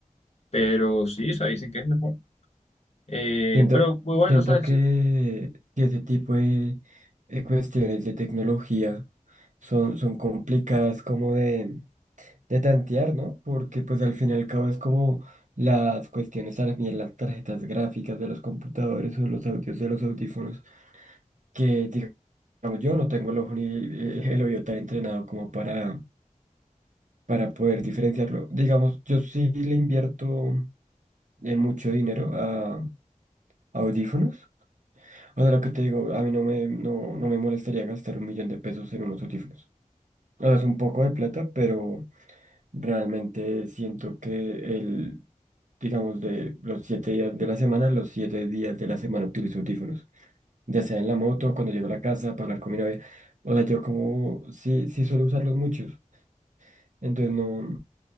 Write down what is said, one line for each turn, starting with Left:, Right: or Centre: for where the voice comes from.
Left: pero sí, o sea, dicen que es mejor. Eh,
Right: siento,
Left: pero igual,
Right: siento
Left: lo sabes,
Right: que,
Left: <laughs>
Right: que ese tipo de, de cuestiones de tecnología son, son complicadas como de... de tantear, ¿no? Porque pues al fin y al cabo es como las cuestiones también, las tarjetas gráficas de los computadores o los audios de los audífonos, que digamos yo no tengo el ojo ni eh, el oído tan entrenado como para, para poder diferenciarlo. Digamos, yo sí le invierto eh, mucho dinero a audífonos. O sea, lo que te digo, a mí no me, no, no me molestaría gastar un millón de pesos en unos audífonos. O sea, es un poco de plata, pero... Realmente siento que el, digamos, de los siete días de la semana, los siete días de la semana utilizo audífonos, ya sea en la moto, cuando llego a la casa, para hablar con mi novia. O sea, yo como sí, sí suelo usarlos muchos, entonces no,